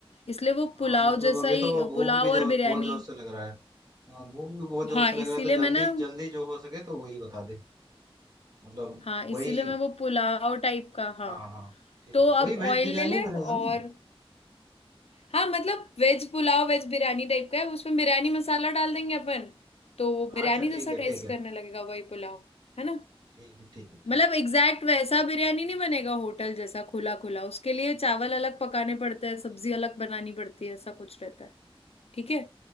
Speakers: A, on the left; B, on the right.
A: इसलिए वो
B: अ,
A: पुलाव
B: मतलब
A: जैसा
B: अभी
A: ही
B: तो भूख
A: पुलाव
B: भी
A: और
B: जो
A: बिरयानी
B: बहुत जोर से लग रहा है अ, भूख भी बहुत जोर
A: हाँ
B: से लग
A: इसीलिए
B: रहा है तो
A: मैं
B: जल्दी
A: ना
B: जल्दी जो हो सके तो वही बता दे मतलब
A: हाँ
B: वही
A: इसीलिए मैं वो पुलाव टाइप का हाँ
B: हाँ हाँ ठीक
A: तो
B: है
A: अब
B: वही वेज
A: ऑयल
B: बिरयानी
A: ले ले
B: बनेगा
A: और
B: ना
A: हाँ मतलब veg pulao veg biryani type का है उसमें बिरयानी मसाला डाल देंगे अपन तो वो बिरयानी
B: अच्छा
A: जैसा
B: ठीक है
A: टेस्ट
B: ठीक है
A: करने लगेगा वही पुलाव है ना
B: ठीक है ठीक है ठीक
A: मतलब
B: है
A: एग्जैक्ट वैसा बिरयानी नहीं बनेगा होटल जैसा खुला खुला उसके लिए चावल अलग पकाने पड़ते हैं सब्जी अलग बनानी पड़ती है ऐसा कुछ रहता है ठीक है